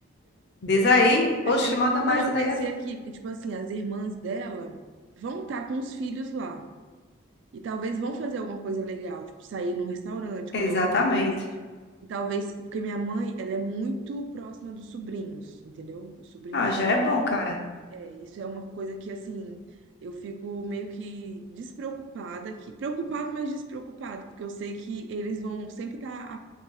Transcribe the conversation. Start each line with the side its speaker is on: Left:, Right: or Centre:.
Left: Diz aí,
Right: Eu
Left: oxe,
Right: tive,
Left: manda
Right: não,
Left: mais
Right: eu
Left: ideias.
Right: pensei aqui, porque, tipo assim, as irmãs dela vão estar com os filhos lá. E talvez vão fazer alguma coisa legal, tipo sair num restaurante, comer
Left: Exatamente.
Right: uma coisa. E talvez, porque minha mãe, ela é muito próxima dos sobrinhos, entendeu? Os sobrinhos
Left: Ah, já
Right: são,
Left: é bom, cara.
Right: é, isso é uma coisa que assim, eu fico meio que despreocupada aqui, preocupado, mas despreocupada, porque eu sei que eles vão sempre estar